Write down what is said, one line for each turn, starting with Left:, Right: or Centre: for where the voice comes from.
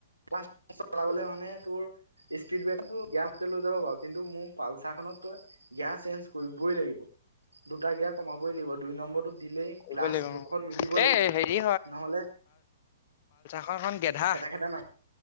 Right: লাবলৈ মানে তোৰ <unintelligible> ফিডবেকতো গেৰাচক লৈ যাব বাৰু কিন্তু মোৰ পালচাৰখনত তই গেয়াৰ চেঞ্জ কৰিবই লাগিব দুটা গিয়াৰ কমাবই লাগিব দুই নম্বৰত দিলেই
Left: কৰিবই
Right: ক্লাছ
Left: লাগিব
Right: জোখত
Left: অ।
Right: মিলিব লাগিব।
Left: এ হেৰি
Right: নহলে
Left: পালচাৰখন গেধা,
Right: খেদা খেদা মাৰি